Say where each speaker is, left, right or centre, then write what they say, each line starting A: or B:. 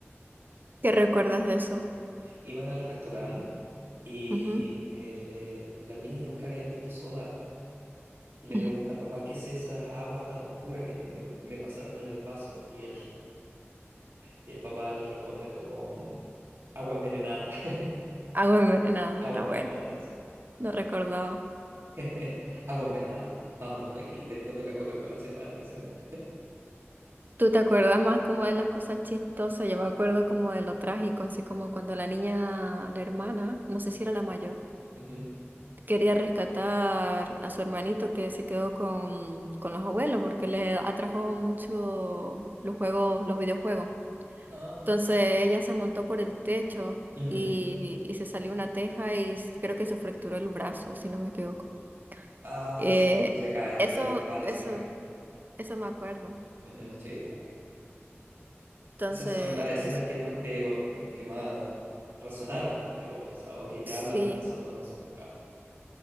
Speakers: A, on the right; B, on the right.
A: ¿Qué recuerdas de eso?
B: Iban al restaurante y
A: Ujú.
B: el, eh, los niños nunca habían visto soda antes. y le
A: <laughs>
B: pregunta al papá, ¿qué es esa agua tan oscura que te- me, me pasaron en el vaso? Y él, y el papá le responde como, mm, agua envenenada, <laughs>
A: Agua envenenada,
B: agua
A: está
B: envenenada,
A: bueno,
B: sí.
A: no recordaba.
B: <laughs> Agua envenenada, vámonos de aquí. Y después de la Coca-Cola se paran y se van.
A: ¿Tú te acuerdas más como de las cosas chistosas? Yo me acuerdo como de lo trágico, así como cuando la niña, la hermana, no sé si era la mayor,
B: Ujú.
A: quería rescatar a su hermanito que se quedó con, con los abuelos porque le atrajo mucho los juegos, los videojuegos.
B: Ah,
A: Entonces ella se montó por el techo
B: ujú.
A: y, y se salió una teja y s- creo que se fracturó el brazo, si no me equivoco.
B: Ay,
A: Eh,
B: sí, se cae,
A: eso,
B: se resbala
A: eso.
B: y se cae.
A: Eso me acuerdo.
B: Ujú, sí, igual.
A: Entonces,
B: Esas son las escenas
A: eso.
B: que más te, go- que más resonaron contigo, quizá, o que te
A: Sí,
B: hablan más a tus emociones, claro.